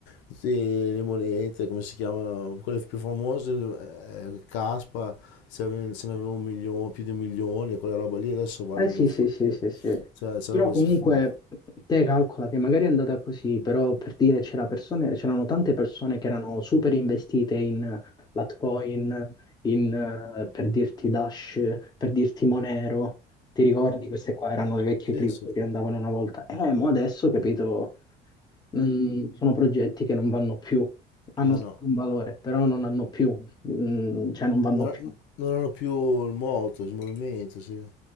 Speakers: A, on the left (about 85°); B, on the left (about 20°).
A: tutte le monete, come si chiama, quelle più famose, le- eh, Caspa, se, ave- se ne avevo un milione, più di un milione, quella roba lì adesso vale
B: Eh sì,
A: una follia.
B: sì, sì, sì, sì.
A: Cioè, se
B: Però
A: avevo-
B: comunque
A: ma,
B: te calcola che magari è andata così, però per dire c'era persone, c'erano tante persone che erano super investite in Litecoin, in, eh, per dirti Dash, per dirti Monero. Ti ricordi? Queste qua erano le vecchie
A: sì,
B: cripto
A: sì.
B: che andavano una volta. Eh, mo adesso, capito, non- sono progetti che non vanno più. Hanno
A: Ah
B: sempre
A: no,
B: un valore, però non hanno più, mm, cioè non vanno
A: non,
B: più.
A: non hanno più il moto, il movimento, sì.